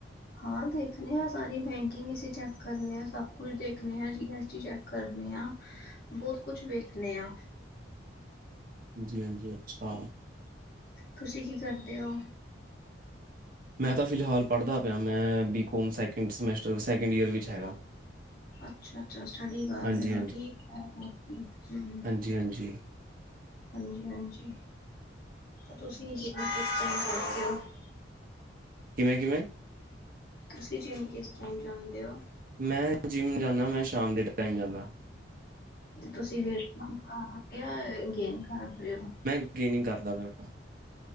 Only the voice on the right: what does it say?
ਜੀ, ਹਾਂਜੀ ਅੱਛਾ।
ਮੈਂ ਤਾਂ ਫਿਲਹਾਲ ਪੜ੍ਹਦਾ ਪਿਆ ਮੈਂ BCom second semester, second year ਵਿੱਚ ਹੈਗਾ।
ਹਾਂਜੀ
ਜੀ, ਹਾਂਜੀ।
ਕਿਵੇਂ-ਕਿਵੇਂ?
ਮੈਂ ਜਿੰਮ ਜਾਨਾ ਮੈਂ ਸ਼ਾਮ ਦੇ ਟਾਈਮ ਜਾਨਾ।
ਟਰੇਨਿੰਗ ਕਰਦਾ ਪਿਆ।